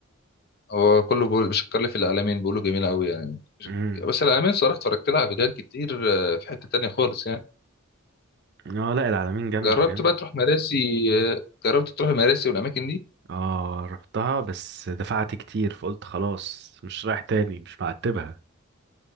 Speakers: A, on the left; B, on the right.
A: هو كله بيقول بيشكر لي في العلمين بيقولوا جميله قوي يعني
B: امم
A: بس العلمين صراحه اتفرجت لها على فيديوهات كتير آه، في حته تانية خالص يعني
B: اه لا العلمين جامدة
A: جربت
B: جامدة
A: بقى تروح مراسي آه، جربت تروح مراسي والاماكن دي
B: اه رحتها بس دفعت كتير فقلت خلاص مش رايح تاني مش معتبها